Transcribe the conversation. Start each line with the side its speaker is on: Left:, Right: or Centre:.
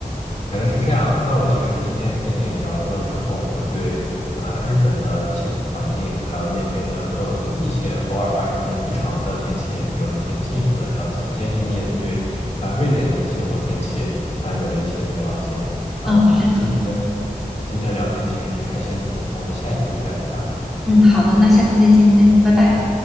Left: 原来是这样。那我其实今天跟你聊了之后，我对呃日本的气候环境，还有那边的更一些偶尔发生的异常的天气，有了一些进一步的了解。我相信你也对啊瑞典的气候天气啊有了一些了解。啊，
Centre: 嗯，是的，
Left: 今天的今天的聊天其实挺开心的，我们下一次再聊吧。
Centre: 嗯，好的，那下次再见，再拜拜。